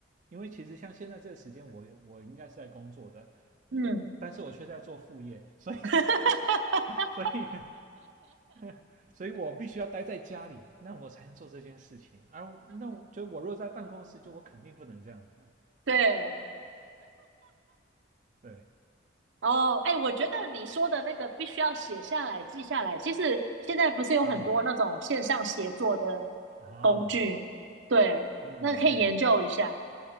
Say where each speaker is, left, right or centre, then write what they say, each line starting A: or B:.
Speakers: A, on the right; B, on the right.
A: 因为其实像现在这个时间我，我我应该是在工作的，
B: 嗯，
A: 但是我却在做副业，所以
B: <laughs>
A: 所以 <laughs> 所以我必须要待在家里，那我才能做这件事情。而那我就我若在办公室，就我肯定不能这样子啊
B: 对，
A: 对，
B: 哦，哎，我觉得你说的那个必须要写下来、记下来。其实现在不是有很多那种线上协作的
A: 嗯啊，
B: 工具，对，
A: 嗯嗯。
B: 那可以研究一下。